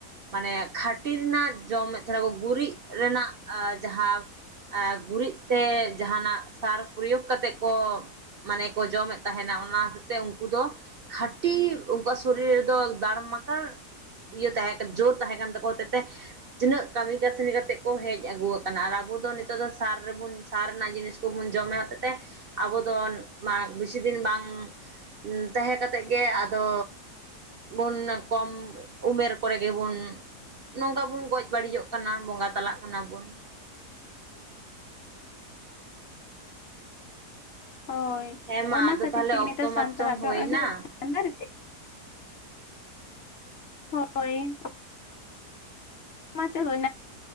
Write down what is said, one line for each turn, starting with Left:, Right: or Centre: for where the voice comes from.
Right: ᱢᱟᱱᱮ ᱠᱷᱟᱹᱴᱤ ᱨᱮᱱᱟᱜ ᱡᱚᱢᱮᱫ ᱛᱟᱦᱮᱱᱟ ᱠᱚ ᱜᱩᱨᱤᱡ ᱨᱮᱱᱟᱜᱼᱟ ᱡᱟᱦᱟᱸ ᱟᱨ ᱜᱩᱨᱤᱡ ᱛᱮ ᱡᱟᱦᱟᱱᱟᱜ ᱥᱟᱨ ᱯᱚᱨᱚᱭᱳᱜᱽ ᱠᱟᱛᱮᱮᱫ ᱠᱚ ᱢᱟᱱᱮ ᱠᱚ ᱡᱚᱢᱮᱫ ᱛᱟᱦᱮᱱᱟ ᱚᱱᱟ ᱦᱚᱛᱮᱫ ᱛᱮ ᱩᱱᱠᱩ ᱫᱚ ᱠᱷᱟᱹᱴᱤ ᱩᱱᱠᱩᱣᱟᱜ ᱥᱚᱨᱤᱨ ᱨᱮᱫᱚ ᱫᱷᱟᱲᱢᱟᱠᱟᱲ ᱤᱭᱟᱹ ᱛᱟᱦᱮᱸᱠᱟᱱ ᱡᱳᱨ ᱛᱟᱦᱮ ᱠᱟᱱ ᱛᱟᱠᱚ ᱦᱚᱛᱮᱫ ᱛᱮ ᱛᱤᱱᱟᱹᱜ ᱠᱟᱹᱢᱤ ᱠᱟᱹᱥᱱᱤ ᱠᱟᱛᱮ ᱠᱚ ᱦᱮᱡ ᱟᱹᱜᱩ ᱟᱠᱟᱱᱟ ᱟᱨ ᱟᱵᱚ ᱫᱚ ᱱᱤᱛᱚᱜ ᱫᱚ ᱥᱟᱨ ᱨᱮᱵᱚᱱ ᱥᱟᱨ ᱨᱮᱱᱟᱜ ᱡᱤᱱᱤᱥ ᱠᱚᱵᱚᱱ ᱡᱚᱢᱮᱫ ᱦᱚᱛᱮᱡ ᱛᱮ ᱟᱵᱚ ᱫᱚ ᱵᱮᱥᱤ ᱫᱤᱱ ᱵᱟᱝ ᱛᱟᱦᱮᱸ ᱠᱟᱛᱮᱜ ᱜᱮ ᱟᱫᱚ ᱵᱚᱱ ᱠᱚᱢ ᱩᱢᱮᱨ ᱠᱚᱨᱮ ᱜᱮᱵᱚᱱ ᱱᱚᱝᱠᱟ ᱵᱚᱱ ᱜᱚᱡ ᱵᱟᱹᱲᱤᱡᱚᱜ ᱠᱟᱱᱟ ᱵᱚᱸᱜᱟ ᱛᱟᱞᱟᱜ ᱠᱟᱱᱟ ᱵᱚᱱ᱾
Left: ᱦᱳᱭ
Right: ᱦᱮᱸ ᱢᱟ
Left: ᱚᱱᱟ
Right: ᱟᱫᱚ
Left: ᱠᱷᱟᱹᱛᱤᱨ
Right: ᱛᱟᱦᱚᱞᱮ
Left: ᱛᱮᱜᱮ
Right: ᱚᱠᱛᱚ
Left: ᱱᱤᱛᱚᱜ
Right: ᱢᱟᱪᱚᱝ
Left: ᱥᱟᱱᱛᱟᱲᱟᱜ
Right: ᱦᱩᱭᱱᱟ
Left: ᱫᱚ ᱟᱹᱰᱤ ᱥᱟᱱᱛᱟᱲᱤ ᱦᱳᱭ ᱢᱟᱥ <unintelligible>